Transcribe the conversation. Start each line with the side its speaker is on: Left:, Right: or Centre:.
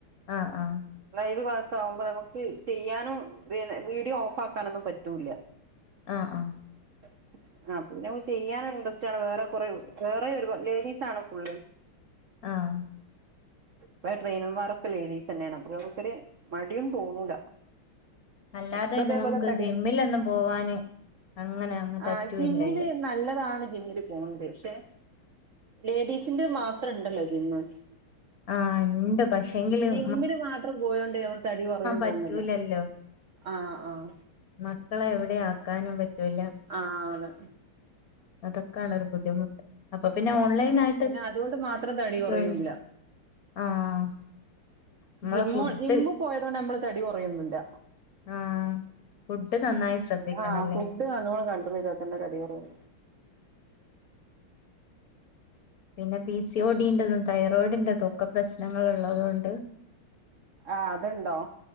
Left: ആഹ് ആഹ്
Right: ലൈവ് ക്ലാസ് ആവുമ്പോ നമുക്ക് ചെയ്യാനും വീഡിയോ ഓഫ് ആക്കാനൊന്നും പറ്റൂല്ല.
Left: ആ ഹ്ആഹ്
Right: ഉ ആഹ് പിന്നെ നക്ക് ചെയ്യാന് ഇൻട്രസ്റ്റ് ആണ് വേറെ കുറെ വേറെ ഒരു ലേഡീസ് ആണ് ഫുള്ള്
Left: ആഹ്
Right: ഇപ്പെ ട്രെയിനർമാരെക്കെ ലേഡീസ് തന്നെയാണ് അപ്പൊ നമുക്കൊരു മടിയും തോന്നൂല
Left: അല്ലാതെ
Right: ഒക്കെ
Left: തന്നെ
Right: അതേപോലെ
Left: നമുക്ക്
Right: തടി
Left: ജിമ്മിൽ ലൊന്നും പോവാന് അങ്ങനെ അങ്ങ് പറ്റൂല്ലല്ലോ
Right: ആഹ് ജിമ്മില് നല്ലതാണ് ജിമ്മില് പോണത് പക്ഷെ ലേഡീസിന്റെ മാത്രം ഉണ്ടല്ലോ ജിമ്മ്
Left: ആഹ് ഇണ്ട് പക്ഷെ എങ്കിലും
Right: ജിമ്മില് മാത്രം പോയോണ്ട് ഞമ്മളെ തടി കുറയുന്ന്
Left: പറ്റൂലല്ലോ
Right: തോന്നുന്നില്ല ആഹ് ആഹ്
Left: മക്കളെ എവിടെ ആക്കാനും പറ്റൂല്ല.
Right: ആ ന്ന്
Left: അതൊക്കെയാണ് ഒരു ബുദ്ധിമുട്ട് അപ്പൊ പിന്നെ ഓൺലൈൻ ആയിട്ട്
Right: പിന്നെ അതുകൊണ്ട് മാത്രം തടി കുറയുല്ല
Left: ജോയിൻ ആഹ് നമ്മളെ
Right: ജിമ്മ്
Left: ഫുഡ്
Right: ജിമ്മ് പോയതോണ്ട് നമ്മള് തടി കുറയൊന്നില്ല
Left: ആഹ് ഫുഡ് നന്നായി ശ്രദ്ധിക്കണല്ലേ
Right: ആഹ് ഫുഡ് നല്ലോണം കട്രോൾ ചെയ്ത തന്നെ തടി കുറയുതുള്ളു
Left: പിന്നെ പി സി ഒഡിന്റെതും തൈറോയിഡിറതും ഒക്കെ പ്രശ്നങ്ങൾ ഉള്ളതുകൊണ്ട്
Right: ആഹ് അതുണ്ടോ